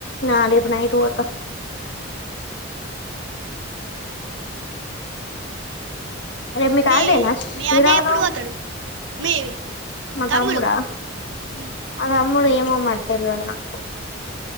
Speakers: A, on the left (about 60°); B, on the right (about 75°).
A: ఆ రేపు నైట్ పోత రేపు మీకు
B: మీ
A: హాలిడేనా శ్రీరామనవమి
B: మీ అన్నయ్య ఎప్పుడు పోతాడు మీ
A: మా
B: తమ్ముడు
A: తమ్ముడా
B: హు
A: మా తమ్ముడు ఏమో మరి తలవదు నాకు